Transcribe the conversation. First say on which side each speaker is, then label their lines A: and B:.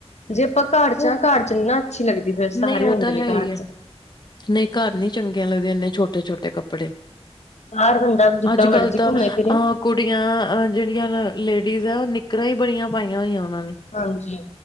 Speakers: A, on the left; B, on the left.
A: ਜੇ ਆਪਾਂ ਘਰ ਚ
B: ਉਹ
A: ਘਰ ਚੱਲਣਾ ਅੱਛੀ ਲੱਗਦੀ। ਫੇਰ ਸਾਰੇ
B: ਨਹੀਂ ਉਹ
A: ਹੁੰਦੇ
B: ਤਾਂ
A: ਨੇ
B: ਹੈ
A: ਘਰ
B: ਹੀ ਹੈ
A: ਚ,
B: ਨਹੀਂ ਘਰ ਨਹੀਂ ਚੰਗੀਆਂ ਲੱਗਦੀਆਂ ਇਨੇ ਛੋਟੇ ਛੋਟੇ ਕੱਪੜੇ
A: ਬਾਹਰ ਬੰਦਾ ਜਿੱਦਾਂ
B: ਅੱਜ
A: ਮਰਜ਼ੀ
B: ਕੱਲ੍ਹ ਤਾਂ
A: ਘੁੰਮੇ
B: ਅਹ
A: ਫਿਰੇ
B: ਕੁੜ ਕੁੜੀਆਂ ਜਿਹੜੀਆਂ ਲੇਡੀਜ਼ ਆ ਉਹ ਨਿੱਕਰਾਂ ਹੀ ਬੜੀਆਂ ਪਾਈਆਂ ਹੋਈਆਂ ਉਹਨਾਂ ਨੇ
A: ਹਾਂਜੀ